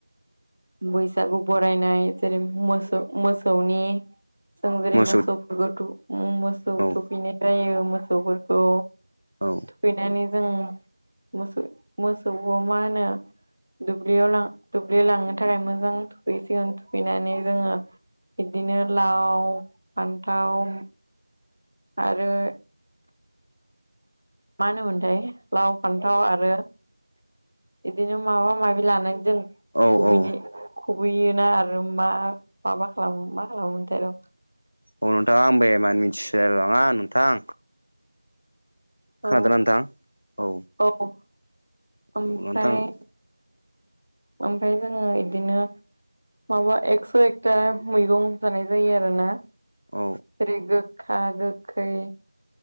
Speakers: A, on the right (about 35°); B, on the left (about 70°).
A: बैसागु बरायनाय जेरै मोसौ मोसौनि जों जेरै
B: मोसौ
A: मोसौफोरखौ थु मोसौ
B: औ
A: थुफैनाय जायो मोसौफोरखौ
B: औ
A: थुखैनानै जों मोसौ मोसौखौ मा होनो दुब्लियाव लां दुब्लि लांनो थाखाय मोजां थुखैसिगोन थुखैनानै जोङो बिदिनो लाव फान्थाव आरो मा होनोमोनथाय लाव फान्थाव आरो इदिनो माबा माबि लानानै जों
B: औ
A: खुबैन
B: औ
A: खुबैयोना आरो मा माबा खालामो मा खालामोमोनथाय र'
B: अ नोंथाङा आंबो एमान मिथिसोलांआ नोंथां खोनादोंना
A: औ
B: नोंथां औ
A: औ ओमफ्राय
B: औ नोंथां औ
A: ओमफ्राय जोङो इदिनो माबा एकस' एकताका मैगं जानाय जायो आरोना
B: औ
A: जेरै गो खा गोखै